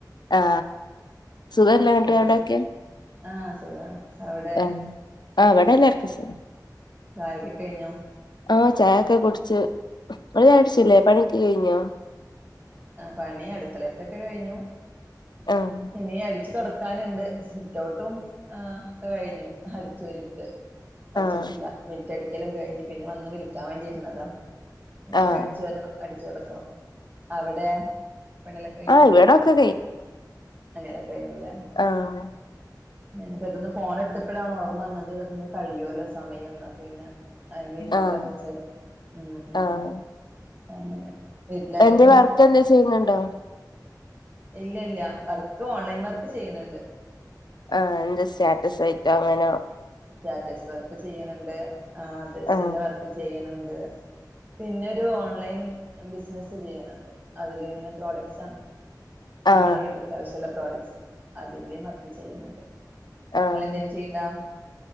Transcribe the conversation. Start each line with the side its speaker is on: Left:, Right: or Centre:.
Left: ആ സുഖല്ലേ ന്നട്ട്
Right: കുറച്ച്
Left: അവിടെഒക്കെ
Right: ദിവസം ആഹ് സുഖാണ് അവിടെ
Left: ആ ആ ഇവടെ എല്ലാർക്കും സുഖം
Right: ചായ കുടി ഒക്കെ കഴിഞ്ഞോ
Left: ആ ചായൊക്കെ കുടിച്ചു ഇങ്ങൾ ചായ കുടിച്ചില്ലേ പണിയൊക്കെ കഴിഞ്ഞോ
Right: ആ പണി അടുക്കളെത്തൊക്കെ കഴിഞ്ഞു
Left: ആഹ്
Right: ഇനീ അടിച്ചു തുടക്ക തുടക്കാനുണ്ട് സിറ്റ് ഔട്ടും ആ ഒക്കെ കഴിഞ്ഞു അടിച്ച് വരിട്ട് തുടച്ചിട്ടില്ല
Left: ആഹ്
Right: മിറ്റടിക്കലും കഴിഞ്ഞ് പിന്നെ വന്ന് വിളിക്കാൻ വേണ്ടിയിരുന്നതാ ഇനി
Left: ആഹ്
Right: അകം അടിച്ചു വാരണം അടിച്ചു തൊടക്കണം അവിടെ പണികളൊക്കെ കഴിഞ്ഞോ
Left: ആഹ് ഇവിടൊക്കെ
Right: പണി കളൊക്കെ കഴിഞ്ഞൂലെ
Left: ആഹ
Right: ഞാന ഇപ്പത് ഫോണ് ഇടുത്തപ്പോഴാണ് ഓർമ്മ വന്നത് ഇന്ന് കഴിയുല്ലോ സമയംന്ന് അപ്പ പിന്നെ അതിമെ ഇരുന്നത
Left: ആഹ്
Right: കുറച്ചു നേരം ഉം ഉം
Left: ആഹ്
Right: അങ്ങനെ വീട്ടിലാരൊക്കെ
Left: നീ വർക്ക് എന്തകിലും ചെയ്യുന്നുണ്ടോ
Right: ഇല്ല ഇല്ല വർക്ക് ഓൺലൈൻ വർക്ക് ചെയ്യുന്നുണ്ട്
Left: ആ എന്താ സ്റ്റാറ്റസ് ആയിട്ടോ അങ്ങനെ
Right: സ്റ്റാറ്റസ് വർക്ക് ചെയ്യണണ്ട് ആ ഡ്രസിന്റെ
Left: ആഹ്
Right: വർക്ക് ചെയ്യണണ്ട് പിന്നെ ഒരു ഓൺലൈൻ ബിസിനസ്സ് ചെയ്യുണണ്ട് അതില് ഇങ്ങനെ പ്രോഡക്ട്സ് ആണ് നമ്മുടെ
Left: ആഹ്
Right: വീട്ടിക്ക് ആവശ്യമുള്ള പ്രോഡക്ട്സ് അതിന്റെയും വർക്ക് ചെയ്യുന്നുണ്ട്
Left: ആഹ്
Right: ഇങ്ങൾ എന്തേലും ചെയ്യ്ണ്ട